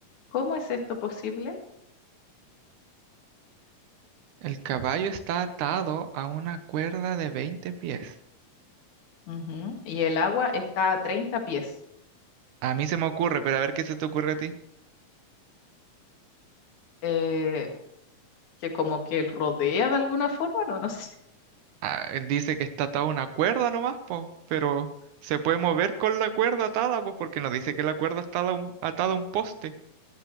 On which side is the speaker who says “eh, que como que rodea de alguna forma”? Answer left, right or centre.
Left